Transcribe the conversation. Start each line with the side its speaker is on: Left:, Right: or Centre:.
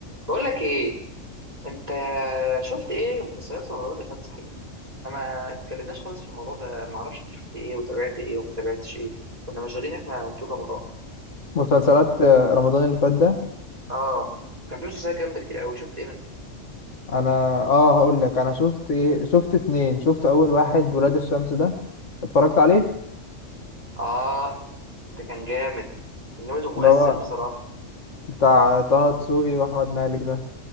Right: بقول لك ايه انت شفت ايه مسلسلات في رمضان اللي فات صحيح احنا ما اتكلمناش خالص في الموضوع ده ما اعرفش انت شفت ايه وتابعت ايه وما تابعتش ايه كنا مشغولين احنا طول رمضان
Left: مسلسلات
Right: شفت
Left: آه، رمضان اللي فات ده
Right: اه كان في مسلسلات جامده كتير قوي شفت ايه منها
Left: انا اه هقول لك انا شفت ايه شفت اتنين شفت اول واحد ولاد الشمس ده اتفرجت عليه
Right: اه ده كان جامد كان جامد ومؤثر
Left: اللي هو
Right: بصراحه
Left: بتاع طه دسوقي واحمد مالك ده